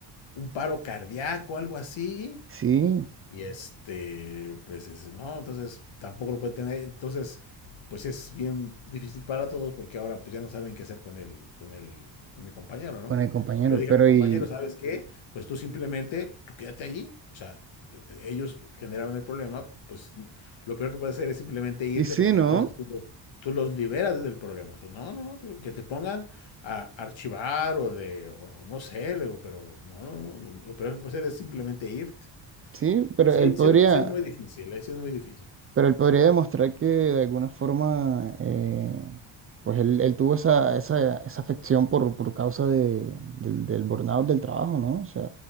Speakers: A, on the left; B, on the right.
A: un paro cardíaco, algo así.
B: Sí,
A: Y este, pues es- no, entonces tampoco lo pueden tener. Entonces, pues es bien difícil para todos porque ahora pues ya no saben qué hacer con el, con el, con mi compañero, ¿no?
B: con el compañero,
A: Yo le dije
B: pero
A: a mi compañero,
B: y
A: ¿sabes qué? Pues tú simplemente, tú quédate allí. O sea, e- ellos generaron el problema, pues n- lo peor que puedes hacer es simplemente irte
B: y sí,
A: porque
B: ¿no?
A: entonces tú los, tú los liberas del problema. Tú, no, no, no, tú- que te pongan a archivar o de, o- o no sé, le digo, pero no, no, no, no, lo peor que puedes hacer es simplemente irte.
B: Sí, pero
A: Sí,
B: él
A: sí
B: podría
A: es, sí es muy difícil, eh, sí es muy difícil.
B: Pero él podría demostrar que de alguna forma, eh, pues él, él tuvo esa, esa, esa afección por, por causa de, del, del burnout del trabajo, ¿no? O sea,